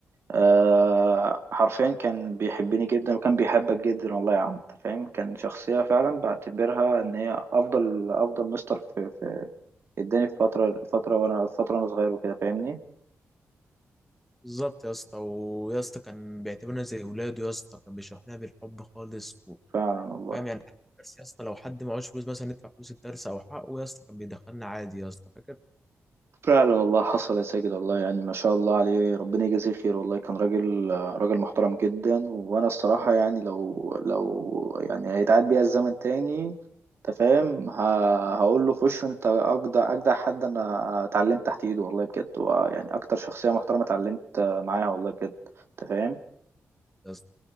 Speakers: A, on the right; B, in the centre.
A: آه حرفيا كان بيحبني جدا وكان بيحبك جدا والله يا عم انت فاهم كان شخصية فعلا بعتبرها ان هي افضل افضل مستر في, في اداني في فترة فترة وانا فترة وانا صغير وكده فاهمني
B: بالظبط يا اسطى ويا اسطى كان بيعتبرنا زي اولاده يا اسطى كان بيشرح لنا بالحب خالص و-
A: فعلا والله
B: وفاهم يعني حتى الدرس يا اسطى لو حد معهوش فلوس مثلا ندفع فلوس الدرس او حقه يا اسطى كان بيدخلنا عادي يا اسطى فاكر
A: فعلا والله حصل يا ساجد والله يعني ما شاء الله عليه ربنا يجازيه خير والله كان راجل راجل محترم جدا وانا الصراحة يعني لو لو يعني هيتعاد بيا الزمن تاني انت فاهم ه- هقول له في وشه انت اجدع اجدع حد انا اتعلمت تحت ايده والله بجد هو يعني اكتر شخصية محترمة اتعلمت معاها والله بجد انت فاهم
B: يا اسطى